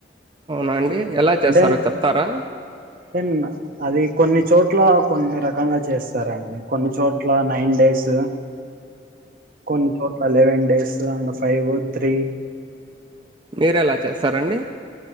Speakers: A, on the right; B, on the right.
A: అవునండి ఎలా చేస్తారో
B: అంటే
A: చెప్తారా
B: దెన్ అది కొన్ని చోట్ల కొన్ని రకంగా చేస్తారండి కొన్ని చోట్ల నైన్ డేస్ కొన్ని చోట్ల eleven days and five three
A: మీరేలా చేస్తారండి